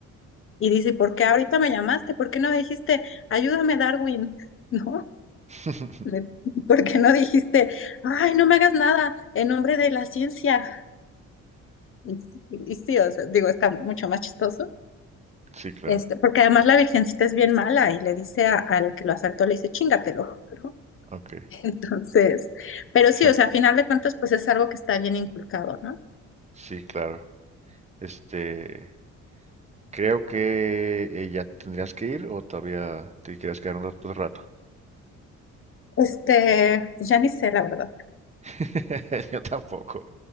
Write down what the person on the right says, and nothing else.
<laughs>
Sí, claro.
Ok.
<laughs>
Sí, claro. Este, creo que eh, ya tendrías que ir o todavía te quieres quedar un rato. Otro rato.
<laughs> Yo tampoco.